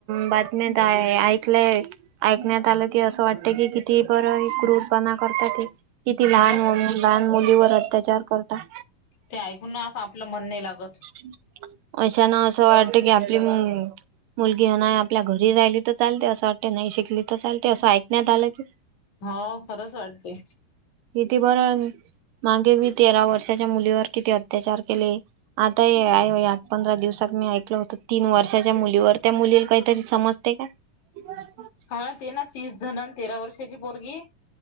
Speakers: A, on the right; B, on the left.
A: बातम्यात ऐकलंय. ऐकण्यात आलं की असं वाटत की किती बरं क्रूरपणा करतात किती लहान
B: खरंच
A: मु लहान मुलीवर अत्याचार करता.
B: ते ऐकून ना अस आपलं मन नाही लागत.
A: <unintelligible> अशाना असं वाटत की आपली पण मुलगी आहे ना आपल्या घरी राहिली तर चालते असं वाटते नाही शिकली तर चालते असं ऐकण्यात आलं की
B: हो खरंच वाटते.
A: किती बरं मागे मी तेरा वर्षाच्या मुलीवर किती अत्याचार केले आता हे पंधरा दिवसात मी ऐकलं होत तीन वर्षाच्या मुलीवर त्या मुलीला काहीतरी समजते काय ह <inaudible>
B: हा ते ना तीस जण तेरा वर्षाची पोरगी.